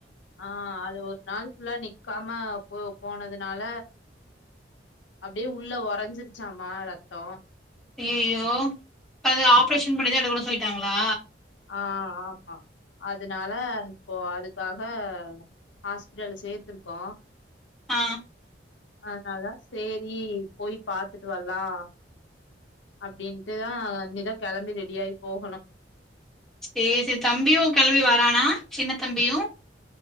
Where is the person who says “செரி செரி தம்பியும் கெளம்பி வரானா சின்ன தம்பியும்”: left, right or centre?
Centre